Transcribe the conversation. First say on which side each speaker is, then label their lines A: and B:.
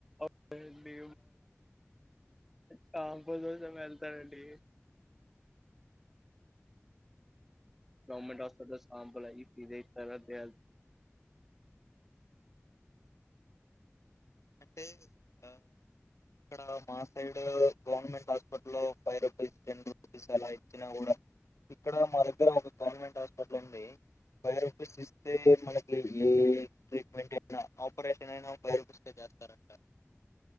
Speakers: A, in the centre; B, on the left.
A: అవునండి సాంపూ కోసం వెళ్తారండి గవర్నమెంట్ హాస్పిటల్ సాాంపూల్ అయి ఫ్రీ గా <inaudible>
B: అంటే ఆ ఇక్కడ మా side government hospital, five rupees ten rupees అలా ఇచ్చినా కూడా, ఇక్కడ మా దగ్గర ఒక గవర్నమెంట్ హాస్పిటల్ ఉంది ఫైవ్ రూపీస్ ఇస్తే మనకి ఏ ట్రీట్మెంట్ అయినా ఆపరేషన్ అయినా ఫైవ్ రూపీస్. కే చేస్తారంట